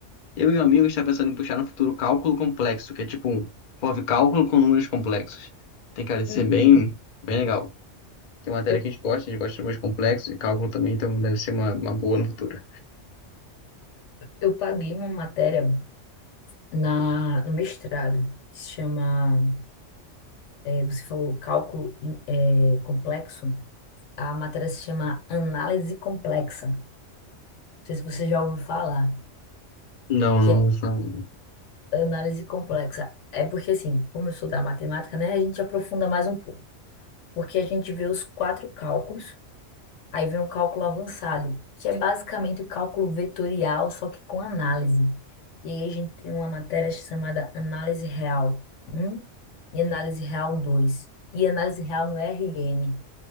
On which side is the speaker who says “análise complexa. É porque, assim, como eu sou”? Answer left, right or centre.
Left